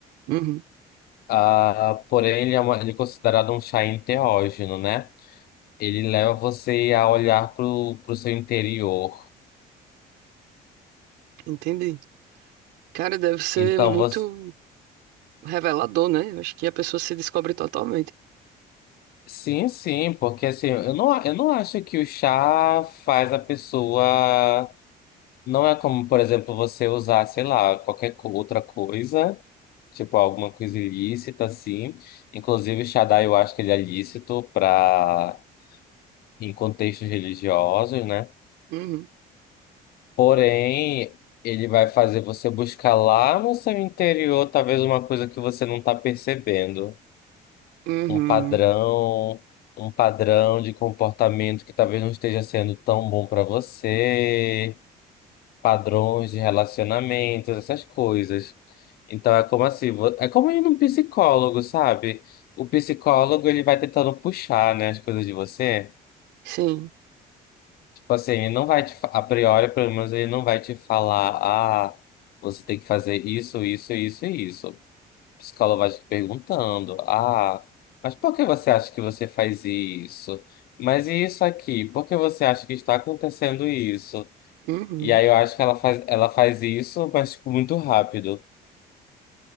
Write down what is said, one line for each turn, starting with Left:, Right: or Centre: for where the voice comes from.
Right: uhum,
Left: Ah, porém, ele é, uma- ele é considerado um chá enteógeno, né? Ele leva você a olhar para o seu interior.
Right: entendi. Cara, deve ser
Left: Então,
Right: muito
Left: você...
Right: revelador, né? Eu Acho que a pessoa se descobre totalmente.
Left: Sim, sim, porque assim, eu não, a- eu não acho que o chá faz a pessoa... Não é como, por exemplo, você usar, sei lá, qualquer co- outra coisa, tipo alguma coisa ilícita, assim. Inclusive, o chá da ayahuasca ele é lícito para... em contextos religiosos, né?
Right: Uhum,
Left: Porém, ele vai fazer você buscar lá no seu interior, talvez uma coisa que você não está percebendo,
Right: uhum,
Left: um padrão, um padrão de comportamento que talvez não esteja sendo tão bom para você, padrões de relacionamentos, essas coisas. Então é como assim, vo- é como ir num psicólogo, sabe? O psicólogo ele vai tentando puxar, né, as coisas de você.
Right: sim.
Left: Tipo assim, ele não vai te, fa- a priori, pelo menos, ele não vai te falar, ah, você tem que fazer isso, isso, isso e isso. O psicólogo vai te perguntando, ah, mas por que você acha que você faz isso? Mas e isso aqui? Por que você acha que está acontecendo isso?
Right: Uhum,
Left: E aí eu acho que ela faz, ela faz isso, mas tipo, muito rápido.